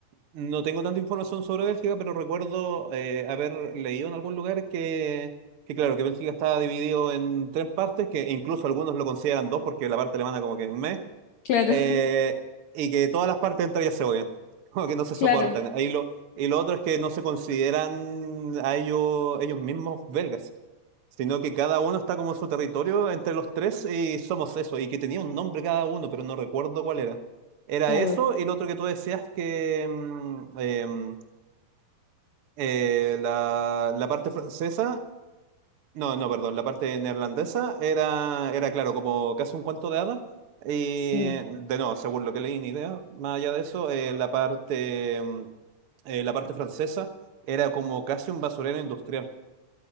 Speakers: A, on the right; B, on the left.
A: No tengo tanta información sobre Bélgica, pero recuerdo eh, haber leído en algún lugar que, que, claro, que Bélgica está dividido en tres partes, que incluso algunos lo consideran dos porque la parte alemana como que meh,
B: Claro,
A: eh, y que todas las partes entre ellas se odian, <laughs> como que no se soportan.
B: claro,
A: Ahí lo, y lo otro es que no se consideran a ellos, ellos mismos belgas, sino que cada uno está como en su territorio entre los tres y somos eso, y que tenía un nombre cada uno, pero no recuerdo cuál era. Era
B: claro.
A: eso y lo otro que tú decías que mm, em, eh, la, la parte francesa no, no, perdón, la parte neerlandesa era, era claro, como casi un cuento de hadas. Y
B: Sí.
A: de no, según lo que leí, ni idea. Más allá de eso, eh, la parte, mm, eh, la parte francesa era como casi un basurero industrial.